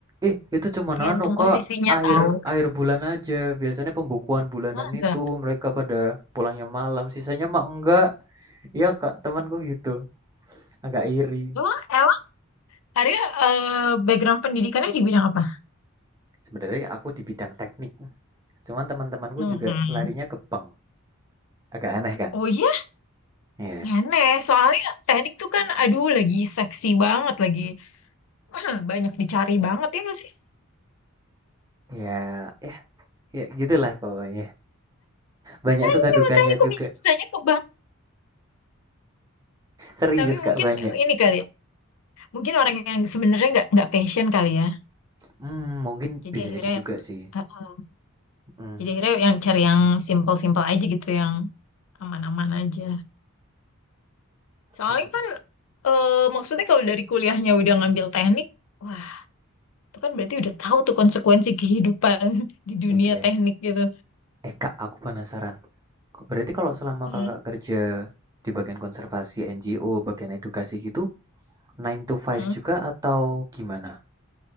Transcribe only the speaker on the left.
Tergantung
posisinya
tahu.
Masa?
Emang, emang Arya eh, background pendidikannya di bidang apa?
Hmm.
Oh iya
Aneh, soalnya teknik tuh kan aduh lagi seksi banget, lagi <clears throat> ah, banyak dicari banget ya nggak sih?
Nah
ini
makanya
aku bisa-bisanya ke bank.
Tapi mungkin
ini kali ya, mungkin orang yang sebenarnya nggak nggak passion kali ya.
Jadi
akhirnya,
uh, uh,
jadi akhirnya yang cari yang simple-simple aja gitu, yang aman-aman aja. Soalnya
kan eh, maksudnya kalau dari kuliahnya udah ngambil teknik, wah itu kan berarti udah tahu tuh konsekuensi kehidupan <laughs> di dunia
teknik gitu.
Hmm.
Hmm.